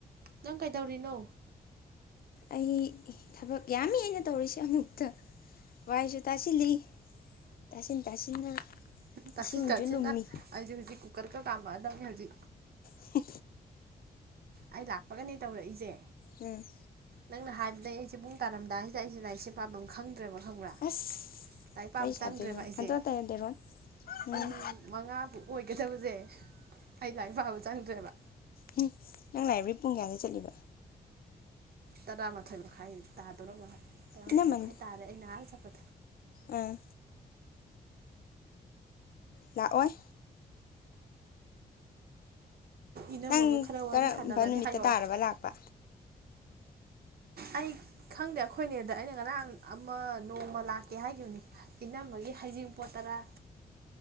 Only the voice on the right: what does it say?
ꯅꯪ ꯀꯩꯗꯧꯔꯤꯅꯣ
ꯇꯁꯤꯦ
ꯇꯆꯦꯅꯥ
ꯑꯁꯨ ꯍꯧꯖꯤ ꯔꯀ ꯀꯃ ꯑꯗꯨꯖꯤ
ꯑꯩ ꯂꯥꯛꯄꯒꯅꯦ ꯇꯧꯔꯛꯏꯁꯦ
ꯅꯪꯅ ꯍꯥꯏꯕꯗꯩ ꯑꯩꯁꯦ ꯄꯨꯡ ꯇꯥꯔꯝꯗꯥꯏꯁꯤꯗ ꯑꯩꯁꯦ ꯂꯥꯏꯔꯤꯛꯁꯦ ꯄꯥꯝꯗꯝ ꯈꯪꯗꯦ ꯗ꯭ꯔꯦꯕ ꯈꯪꯕ꯭ꯔꯥ
ꯂꯥꯏꯔꯤꯛ ꯄꯥꯕ
ꯆꯪꯗ꯭ꯔꯦꯕ ꯑꯩꯁꯦ
ꯄꯨꯡ ꯃꯉꯥꯕꯨ ꯑꯣꯏꯒꯗꯕꯁꯦ ꯑꯩ ꯂꯥꯏꯔꯤꯛ ꯄꯥꯕ ꯆꯪꯗ꯭ꯔꯦꯕ
ꯇꯔꯥꯃꯥꯊꯣꯏ ꯃꯈꯥꯏ ꯇꯥꯗꯧ ꯃꯥꯜꯂꯦ ꯇꯔꯥꯃꯥꯊꯣꯏ
ꯃꯈꯥꯏ ꯇꯥꯔꯦ ꯑꯩ ꯅꯍꯥꯟ ꯆꯠꯄ
ꯏꯅꯝꯃꯒ
ꯈꯔ ꯋꯥꯔꯤ
ꯁꯥꯟꯅꯔꯅꯤ
ꯍꯥꯏꯌꯣ
ꯑꯩ ꯈꯪꯗꯦ ꯑꯩꯈꯣꯏꯅꯦꯗ ꯑꯩꯅ ꯉꯔꯥꯡ ꯑꯃ ꯅꯣꯡꯃ ꯂꯥꯛꯀꯦ ꯍꯥꯏꯈꯤꯕꯅꯤ ꯏꯅꯝꯝꯕꯒꯤ ꯍꯩꯖꯤꯡꯄꯣꯠ ꯇꯔꯥ